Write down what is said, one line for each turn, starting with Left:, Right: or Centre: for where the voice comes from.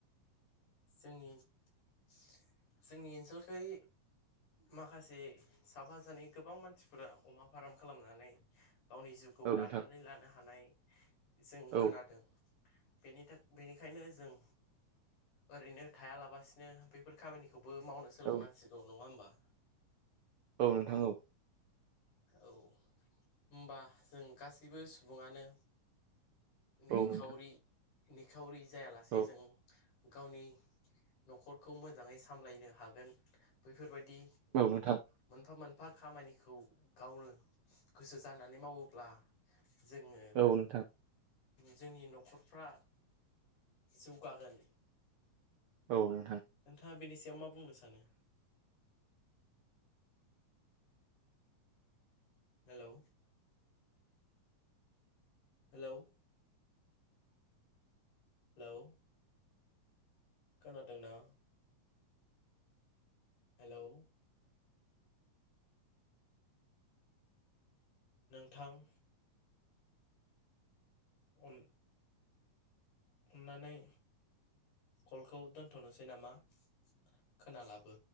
Left: जोंनि जोंनि ओनसोलखाय माखासे साफा सानै गोबां मानसिफोरा अमा फार्म खालामनानै गावनि जिउखौ
Right: औ
Left: दानानै
Right: नोंथां
Left: लानो हानाय जों
Right: औ
Left: खोनादों बेनि थाख बेनिखायनो जों ओरैनो थायालाबासिनो बेफोर खामानिखौबो मावनो सोलोंनांसिगौ
Right: औ
Left: नङा होमबा
Right: औ नोंथां औ।
Left: औ होनबा जों गासैबो सुबुङानो निखावरि
Right: औ नोंथां
Left: निखावरि जायालासे
Right: औ
Left: जों गावनि न'खरखौ मोजाङै सामलायनो हागोन बैफोरबायदि
Right: औ नोथां।
Left: मोनफा मोनफा खामानिखौ गावनो गोसो जानानै मावोब्ला जोङो
Right: औ नोंथां
Left: जोंनि न'खरफ्रा जौगागोन
Right: औ नोंथां।
Left: नोंथाङा बेनि सायाव मा बुंनो सानो? हेलौ हेलौ हेलौ खोनादोंना? हेलौ नोंथां अन अननानै कलखौ दोनथ'नोसै नामा? खोनालाबो